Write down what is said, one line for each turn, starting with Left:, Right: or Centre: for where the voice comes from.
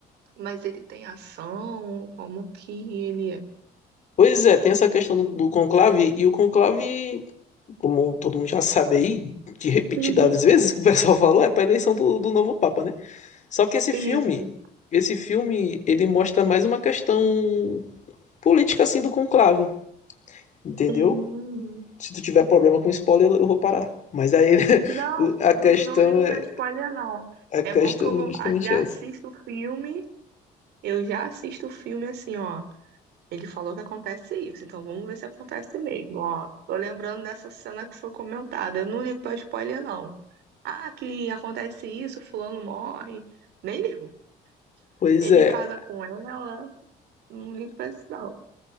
Right: Mas ele tem ação, como que ele é?
Left: Pois é, tem essa questão do, do conclave, e o conclave, como todo mundo já sabe aí, de repetidas
Right: Uhum,
Left: vezes que o pessoal <laughs> falou, é pra eleição do, do novo Papa, né? Só que esse
Right: isso.
Left: filme, esse filme, ele mostra mais uma questão política, assim, do conclave, entendeu?
Right: Hum,
Left: Se tu tiver problema com spoiler, eu, eu vou parar. Mas aí,
Right: não,
Left: <laughs> a
Right: eu
Left: questão
Right: não, não ligo
Left: é,
Right: pra spoiler, não.
Left: a questão
Right: É bom que eu
Left: é justamente
Right: a- já
Left: essa.
Right: assisto o filme, eu já assisto o filme assim, ó. Ele falou que acontece isso, então vamos ver se acontece mesmo, ó. Tô lembrando dessa cena que foi comentada. Eu não ligo pra spoiler, não. Ah, que acontece isso, fulano morre. Nem ligo.
Left: Pois
Right: Ele
Left: é,
Right: casa com ela, não ligo pra isso, não.